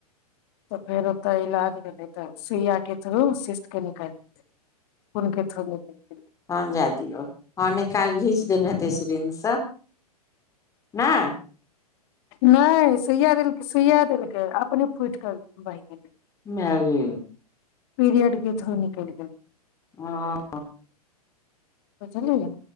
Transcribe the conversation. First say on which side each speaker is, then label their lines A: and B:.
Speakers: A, on the left; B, on the left.
A: तऽ फेर ओतय इलाज भेलै तऽ सुइयाक के थ्रू सिस्थके निकालि। खुनके थ्रू निकैल गेलै
B: हँ जाए दियौ हँ नि काल्हि घीच देने हेतै सिरिंच सँ नाय।
A: नय सुइया देलकै सुइया देलकै अपने फुट कऽ बहि गेलै।
B: मए गै
A: पीरियड के थ्रू नीकैल गेलै।
B: हँ
A: बुझलियै य।